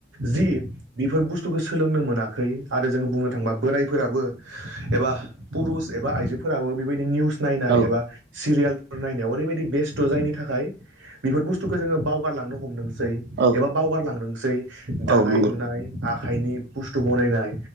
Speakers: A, on the right; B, on the right.
A: जि बिफोर बुसत। तुखो सोलोंनो मोनाखै आरो जों बुंनो थांङोबा बोरायद। फोराबो एबा पुरुस एबा आइजोफोराबो बेबायदि निउस नायनाय
B: औ
A: एबा सिरियाल। नायनायाव ओरैबायदि बेस्त' जायनि थाखाय बेफोर बुस्थुखौ जोङो बावगारलांनो हमदोंसै।
B: औ
A: एबा बावगारलांदोंसै दानाय
B: औ नंगौ
A: लुनाय आखाइनि बुस्तु बनायनाय।